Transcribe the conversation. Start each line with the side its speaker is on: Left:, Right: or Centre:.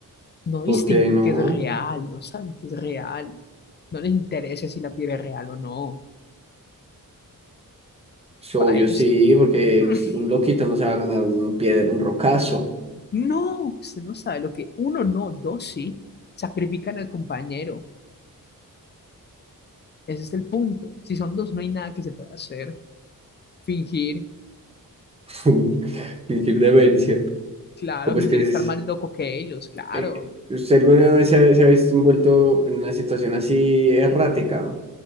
Left: No
Right: ¿Por
Left: distinguen
Right: qué no?
Left: que es real, no saben que es real. No les interesa si la piel es real o no.
Right: Es obvio,
Left: Para ellos,
Right: sí, porque
Left: <laughs>
Right: es- un loquito no se va a ganar un, piedra, un rocazo.
Left: no, usted no sabe lo que uno no, dos sí. Sacrifican al compañero. Ese es el punto. Si son dos, no hay nada que se pueda hacer. Fingir,
Right: <laughs> Fingir demencia.
Left: claro,
Right: ¿Cómo
Left: fingir
Right: es que
Left: estar
Right: es?
Left: más loco que ellos, claro.
Right: eh, ¿usted alguna vez se ha, se ha visto envuelto en una situación así errática?